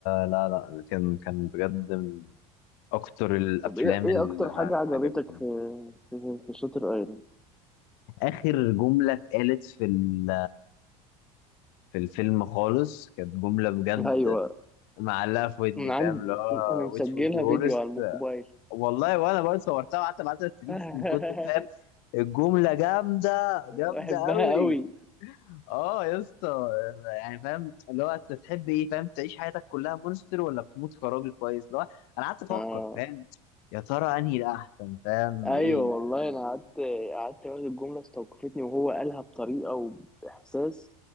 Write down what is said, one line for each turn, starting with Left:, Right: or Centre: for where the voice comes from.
Left: لا لا كان كان بجد من أكتر الأفلام
Centre: طب ايه ايه
Left: اللي
Centre: اكتر حاجة
Left: اللي
Centre: عجبتك
Left: عجبتني
Centre: في في, في شاتر ايلاند
Left: آخر جملة اتقالت في ال- في الفيلم خالص كانت جملة بجد
Centre: <laughs> ايوه
Left: معلقة في ودني
Centre: انا عند
Left: فاهم اللي هو
Centre: انا مسجلها
Left: which would be worst
Centre: فيديو على الموبايل
Left: والله وأنا برضه صورتها وقعدت أبعتها ستريكس
Centre: <laughs>
Left: من كتر فاهم الجملة جامدة جامدة
Centre: بحبها
Left: أوي
Centre: قوي
Left: اه يا اسطى يعني فاهم اللي هو انت تحب ايه فاهم تعيش حياتك كلها مونستر ولا تموت كراجل كويس اللي هو انا قعدت افكر
Centre: آه.
Left: فاهم يا ترى انهي الاحسن فاهم
Centre: ايوه
Left: ايه ال-
Centre: والله انا قعدت قعدت اقول الجمله استوقفتني وهو قالها بطريقه وباحساس